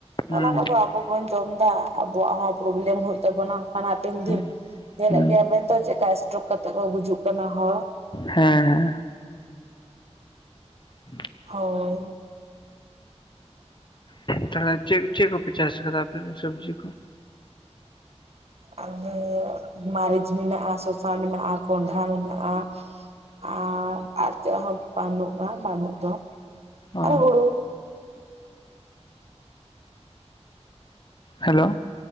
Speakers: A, on the left; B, on the right.
A: ᱦᱮᱸ
B: ᱚᱱᱟ ᱠᱚᱫᱚ ᱟᱵᱚ ᱵᱚᱱ ᱡᱚᱢᱫᱟ ᱟᱵᱚᱣᱟᱜ ᱦᱚᱸ ᱯᱨᱚᱵᱞᱮᱢ ᱦᱩᱭᱩᱜ ᱛᱟᱵᱚᱱᱟ ᱦᱟᱜ ᱠᱷᱟᱱ ᱦᱟᱯᱮᱱ ᱫᱤᱱ᱾
A: ᱦᱮᱸ
B: ᱧᱮᱞᱮᱜ
A: ᱦᱮᱸ
B: ᱜᱮᱭᱟ ᱵᱮᱱ ᱛᱚ ᱪᱮᱠᱟ ᱥᱴᱚᱠ ᱠᱟᱛᱮ ᱠᱚ ᱜᱩᱡᱩᱜ ᱠᱟᱱᱟ ᱦᱚᱲ ᱾
A: ᱦᱮᱸ ᱦᱮᱸ ᱾ <inaudible>
B: ᱦᱳᱭ ᱾
A: ᱛᱟᱦᱚᱞᱮ ᱪᱮᱫ ᱪᱮᱫ ᱠᱚᱯᱮ ᱪᱟᱥ ᱠᱟᱫᱟ ᱟᱯᱮ ᱫᱚ ᱥᱚᱵᱽᱡᱤ ᱠᱚ?
B: ᱟᱠᱮᱻ ᱢᱟᱹᱨᱤᱪ ᱢᱮᱱᱟᱜᱼᱟ, ᱥᱚᱥᱟ ᱢᱮᱱᱟᱜᱼᱟ, ᱠᱚᱸᱰᱷᱟ ᱢᱮᱱᱟᱜᱼᱟ, ᱟᱨ ᱟᱨ ᱪᱮᱫ ᱦᱚᱸ ᱵᱟᱹᱱᱩᱜᱼᱟ ᱵᱟᱹᱱᱩᱜ ᱫᱚ,
A: ᱚ
B: ᱟᱨ ᱦᱩᱲᱩ
A: ᱦᱮᱞᱳ!